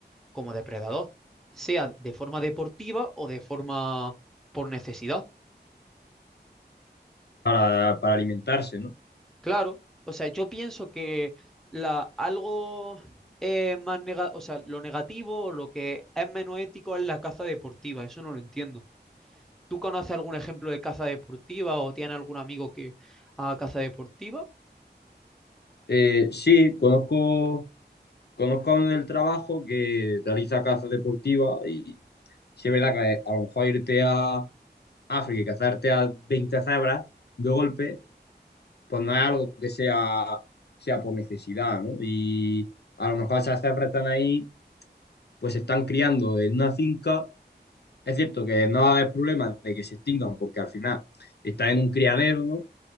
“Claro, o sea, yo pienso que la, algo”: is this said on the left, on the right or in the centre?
Centre